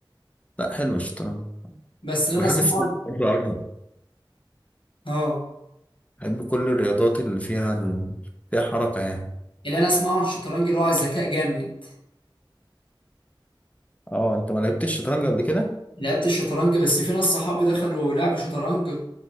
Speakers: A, on the left (about 15°); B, on the left (about 80°).
A: لا حلو الشطرنج
B: بس اللي
A: وبحب
B: انا اسمعه
A: السباحة
B: عن-
A: برضه قوي
B: اه
A: بحب كل الرياضات اللي فيها ال... فيها حركة يعني
B: اللي انا اسمعه عن الشطرنج اللي هو على الذكاء جامد
A: اه انت ما لعبتش الشطرنج قبل كده؟
B: لعبت الشطرنج بس في ناس صحابي دخلوا لعب شطرنج